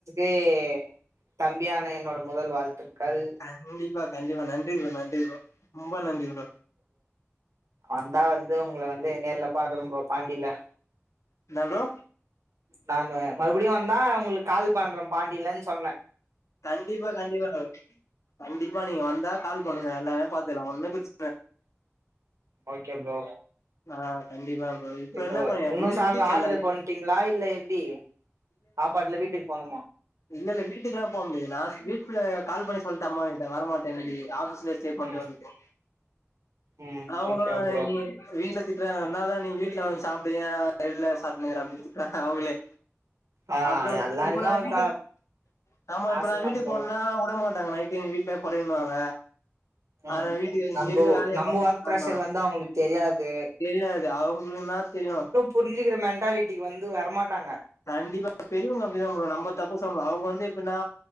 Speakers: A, on the right; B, on the left.
A: <unintelligible> தம்பியான என்னோட முதல் வாழ்துக்கள்
B: கண்டிப்பா கண்டிப்பா நன்றி ப்ரோ நன்றி ப்ரோ ரொம்ப நன்றி ப்ரோ
A: வன்டா வந்து உங்கள வந்து நேர்ல பாக்குற ப்ரோ பாண்டில
B: என்ன ப்ரோ
A: நானு மறுபடியு வந்தா உங்களுக்கு கால் பண்ற பாண்டிலன் சொன்ன
B: கண்டிப்பா கண்டிப்பா தோழன் கண்டிப்பா நீங்க வந்தா கால் பண்ணுங்க எல்லாமே பாத்தெல்லா ஒன்னு பிர்ச்
A: ஓகே ப்ரோ
B: ஆ கண்டிப்பா ப்ரோ இப்ப
A: இப்போ
B: என்ன பண்ணீங்க
A: உன்னு
B: முடி
A: சாக
B: முடிச்சா
A: ஆர்டர்
B: எல்லாமே
A: பண்ட்டீங்ளா இல்ல எப்டி சாப்பாட்டு இல்ல வீட்டுக்கு போணுமா
B: இல்லல்ல வீட்டுக்லா போக முடியாது நா வீட்குல கால் பண்ணி சொல்டம்மா கிட்ட வரமாட்டேனு இன்னகி ஆபீஸ்ல ஸ்டே பண்றோன்ட்டு
A: ம் ம்
B: அவங்களோட
A: ஓகே ப்ரோ
B: நீ வீட்ல திட்றாங்கனாதா நீ வீட்ல வந்து சாப்பிடு ஏ வேல சாப்டுனுகுற அப்டி திட்டுறாங்க அவங்களே
A: ஆ
B: அப்ரோ வந்து
A: எல்லாருக்கு
B: இப்ப நா வீட்டுக்கு
A: சா
B: ஆமா
A: பாசந்தா
B: இப்ப நா வீட்டுக்கு
A: ப்ரோ
B: போனா உடமாட் டாங்க நைடே வீட்லபடுனுவாக
A: ம்
B: அதனால வீட்டுக்கு
A: நம்ப
B: இங்க இருக்க வேலையபாற
A: நம்ப ஒர்க் ப்ரெஷர்
B: ஆமா
A: வந்து அவங்களுக்கு தெரியாது
B: தெரியாது அவங்களுனா தெரியு
A: புரிஞ்சுகிற மெண்டாலிட்டிகு வந்து வரமாட்டாங்க
B: கண்டிபா பெரிவங்க அப்டிதா ப்ரோ நம்ம தப்பு சொமுடியாது அவங்க வந்து எப்னா